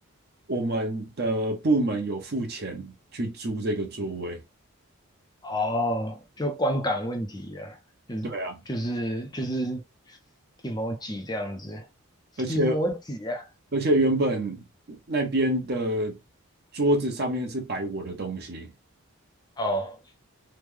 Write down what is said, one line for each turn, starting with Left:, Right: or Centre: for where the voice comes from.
Right: 我们的部门有付钱去租这个座位。
Left: 哦，就观感问题啊，就是就是就是
Right: 对啊，
Left: emoji 这样子
Right: 而且
Left: ，emoji 啊。
Right: 而且原本那边的桌子上面是摆我的东西，
Left: 哦，